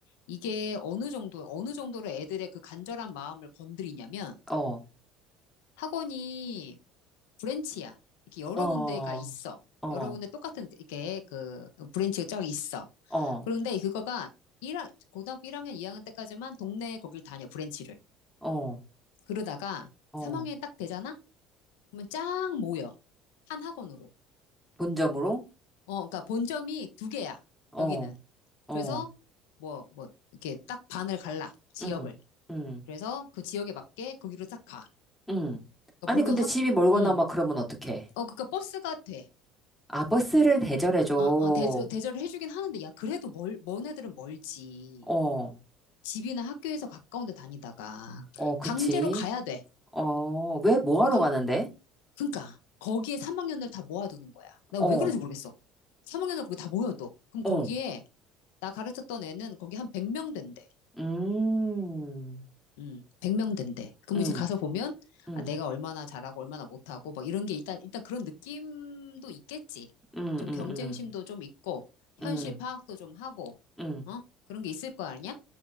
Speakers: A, on the left; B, in the centre.
A: 이게 어느 정도, 어느 정도로 애들의 그 간절한 마음을 건드리냐면
B: 어,
A: 학원이 브랜치야. 이렇게 여러
B: 어, 어,
A: 군데가 있어.
B: 어,
A: 여러 군데 똑같은 이렇게 그 브랜치가 쫙 있어.
B: 어,
A: 그런데 그거가 일학 고등학교 1학년, 2학년 때까지만 동네 거길 다녀, 브랜치를.
B: 어,
A: 그러다가
B: 어.
A: 3학년이 딱 되잖아? 그러면 쫙 모여. 한 학원으로.
B: 본점으로?
A: 어, 그러니까 본점이 두 개야.
B: 어,
A: 여기는.
B: 어,
A: 그래서 뭐, 뭐, 이렇게 딱 반을 갈라. 지역을.
B: 응, 응,
A: 그래서 그 지역에 맞게 거기로 딱 가.
B: 응.
A: 그러니까
B: 아니,
A: 물론
B: 근데
A: 학,
B: 집이 멀거나
A: 음.
B: 막 그러면 어떡해?
A: 어, 그러니까 버스가 돼.
B: 아, 버스를 대절해줘. 어,
A: 어, 어, 대절, 대절을 해주긴 하는데, 야, 그래도 멀, 먼 애들은 멀지.
B: 어,
A: 집이나 학교에서 가까운 데 다니다가.
B: 그치.
A: 강제로 가야 돼.
B: 어, 왜, 뭐
A: 어,
B: 하러
A: 강,
B: 가는데?
A: 그러니까. 거기에 3학년을 다 모아두는 거야. 나
B: 어,
A: 왜 그런지 모르겠어. 3학년을 거기 다 모여 또. 그럼 거기에
B: 어,
A: 나 가르쳤던 애는 거기 한 100명 된대.
B: 음,
A: 음, 100명 된대. 그럼
B: 음,
A: 이제 가서 보면,
B: 음, 음,
A: 아, 내가 얼마나 잘하고 얼마나 못하고, 막 이런 게 일단, 일단 그런 느낌도 있겠지.
B: 음,
A: 좀
B: 음,
A: 경쟁심도 좀 있고, 현실
B: 음.
A: 파악도 좀 하고,
B: 음.
A: 어? 그런 게 있을 거 아니야?